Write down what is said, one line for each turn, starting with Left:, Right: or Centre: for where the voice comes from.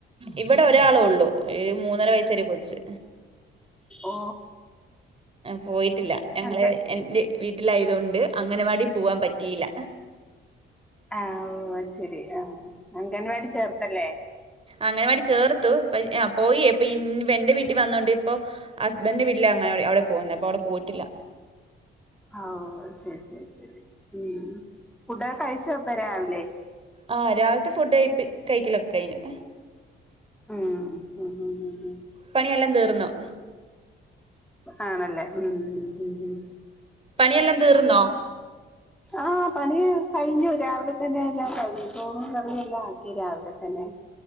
Right: ഇവിടെ ഒരാളേ ഉള്ളൂ മൂന്നര വയസായി കൊച്ച്
Centre: ഓ
Right: പോയിട്ടില്ല ഞങ്ങള്
Centre: അതെ
Right: എൻ്റെ വീട്ടിലായതൊണ്ട് അഗംനവാടി പോവാൻ പറ്റിയില്ല
Centre: ആ ഓ അ ശരി ആ അംഗൻവാടി ചേർത്തല്ലേ
Right: അംഗനവാടി ചേർത്തു പോയി എന്റെ വീട്ടിൽ വന്നൊണ്ട് ഇപ്പോ ഹസ്ബൻന്റെ വീട്ടില് അങ്ങനെ അവിടെ പോകുന്നത് അപ്പം അവി പോയിട്ടില്ല
Centre: ആ ശരി ശരി ഉം ഫുഡൊക്കെ കഴിച്ചോപ്പം രാവിലെ
Right: ആ രാവിലത്തെ ഫുഡ് കഴിപ്പ കഴിക്കലൊക്കെ കയിഞ്ഞു
Centre: ആ ഹ ഹ ഹ
Right: പണിയെല്ലാം തീർന്നു
Centre: ആണല്ലേ ഉം ഉം ഉം
Right: പണിയെല്ലാം തീർന്നോ
Centre: ആ പണി കഴിഞ്ഞു രാവിലെ തന്നെ എല്ലാം കഴിഞ്ഞു ചോറും കറിയും എല്ലാം ആക്കി രാവിലെ തന്നെ